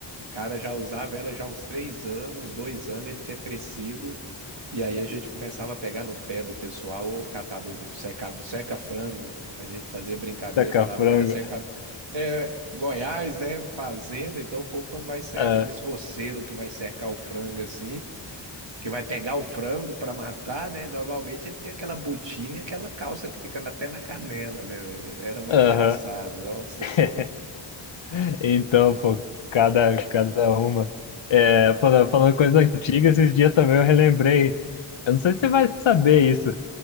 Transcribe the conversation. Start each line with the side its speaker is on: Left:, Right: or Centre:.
Right: O cara já usava ela já há uns três anos, uns dois anos, ele tinha crescido. E aí a gente começava a pegar no pé do pessoal, o catador de cercado, cerca-frango. A gente fazia brincadeira,
Left: saca-frango.
Right: falava que era cercador. É, Goiás, né? Fazenda. Então o povo, quando vai ser
Left: Ah,
Right: aqueles roceiros que vai cercar o frango assim que vai pegar o frango para matar, né? Normalmente ele tem aquela botina e aquela calça que fica até na canela, né, velho? Era muito
Left: Aham.
Right: engraçado, nossa
Left: <laughs>
Right: senhora.
Left: Então, pô, cada, cada uma. É, falando, falando coisa antiga, esses dias também eu relembrei. Eu não sei se você vai saber isso.